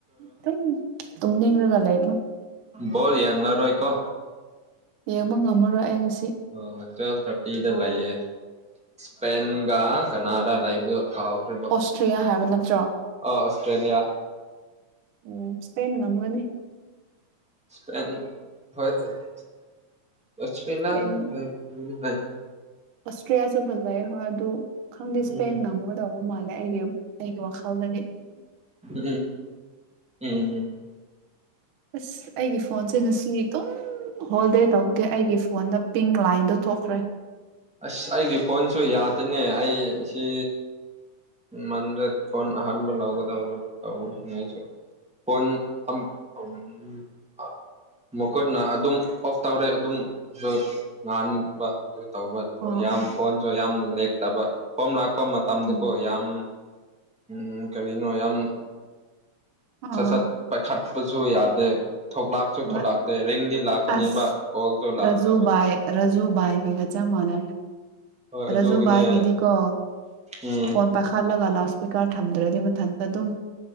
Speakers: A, on the right; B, in the centre.
A: ꯑꯗꯨꯝ ꯇꯨꯝ ꯅꯤꯡꯔꯒ ꯂꯩꯃ
B: ꯕꯣꯜ ꯌꯦꯡꯂꯔꯣꯏ ꯀꯣ
A: ꯌꯦꯡꯕ ꯉꯝꯃꯔꯣꯏ ꯑꯩ ꯉꯁꯤ
B: ꯑꯣ ꯇ꯭ꯋꯦꯜꯐ ꯊꯔꯇꯤꯗ ꯂꯩꯌꯦ ꯏꯁꯄꯦꯟꯒ ꯀꯅꯥꯔꯥ ꯂꯩꯕꯗꯨ ꯀꯥꯎꯈ꯭ꯔꯦꯕꯨ
A: ꯑꯣꯁꯇ꯭ꯔꯤꯌꯥ ꯍꯥꯏꯕ ꯅꯠꯇ꯭ꯔꯣ
B: ꯑꯣ ꯑꯣꯁꯇ꯭ꯔꯦꯂꯤꯌꯥ
A: ꯎꯝ ꯏꯁꯄꯦꯟ ꯉꯝꯒꯅꯤ
B: <unintelligible>
A: ꯏꯁꯄꯦꯟ ꯑꯣꯁꯇ꯭ꯔꯤꯌꯥꯁꯨ ꯐꯖꯩ ꯍꯣꯏ ꯑꯗꯨ ꯈꯪꯗꯦ
B: ꯎꯝ
A: ꯏꯁꯄꯦꯟ ꯉꯝꯒꯗꯧꯕ ꯃꯥꯜꯂꯦ ꯑꯩꯒꯤ ꯑꯩꯒꯤ ꯋꯥꯈꯜꯗ ꯕꯅꯤ <unintelligible>
B: ꯎꯝ ꯎꯝ <unintelligible>
A: ꯑꯁ ꯑꯩꯒꯤ ꯐꯣꯟꯁꯦ ꯉꯁꯤ ꯑꯗꯨꯝ ꯍꯣꯜ ꯗꯦ ꯇꯧꯕꯒꯤ ꯑꯩꯒꯤ ꯐꯣꯟꯗ ꯄꯤꯡ ꯂꯥꯏꯟꯗꯣ ꯊꯣꯛꯈ꯭ꯔꯦ
B: ꯑꯁ ꯑꯩꯒꯤ ꯐꯣꯟꯁꯨ ꯌꯥꯗꯦꯅꯦ ꯑꯩ ꯑꯁꯤ ꯃꯟꯗꯦ ꯐꯣꯟ ꯑꯍꯟꯕ ꯂꯧꯒꯗꯕꯅꯤ <unintelligible> ꯐꯣꯟ <unintelligible> ꯃꯈꯨꯠꯅ ꯑꯗꯨꯝ ꯑꯣꯐ ꯇꯧꯔꯦ ꯑꯗꯨꯝ <unintelligible> ꯉꯥꯟꯕ ꯑꯗꯨ ꯇꯧꯕ
A: ꯑꯣ
B: ꯌꯥꯝ
A: ꯑꯣ
B: ꯐꯣꯟꯁꯨ ꯌꯥꯝꯅ ꯂꯦꯛꯇꯕ ꯍꯣꯝ ꯂꯥꯛꯄ ꯃꯇꯝꯗꯀꯣ
A: ꯎꯝ
B: ꯌꯥꯝ ꯎꯝ ꯀꯔꯤꯅꯣ ꯌꯥꯝ
A: ꯑꯥ
B: ꯁꯠ ꯁꯠ ꯄꯥꯏꯈꯠꯄꯁꯨ ꯌꯥꯗꯦ ꯊꯣꯛꯂꯛꯁꯨ
A: ꯍꯣꯏ
B: ꯊꯣꯂꯛꯇꯦ ꯔꯤꯡꯗꯤ ꯂꯥꯛꯀꯅꯤꯕ
A: ꯑꯁ
B: ꯀꯣꯜꯁꯗꯨ ꯂꯥꯛꯇꯕ
A: ꯔꯥꯖꯨ ꯕꯥꯏ ꯔꯥꯖꯨ ꯃꯥꯟꯅꯔꯦ <unintelligible>
B: ꯍꯣꯏ
A: ꯔꯖꯨ
B: ꯑꯗꯨꯒꯅꯦ
A: ꯕꯥꯏꯒꯤꯗꯤꯀꯣ
B: ꯎꯝ
A: ꯐꯣꯟ ꯄꯥꯏꯈꯠꯂꯒ ꯂꯥꯎꯠ ꯏꯁꯄꯤꯀꯔ ꯊꯝꯗ꯭ꯔꯗꯤ ꯃꯊꯟꯇ ꯑꯗꯨꯝ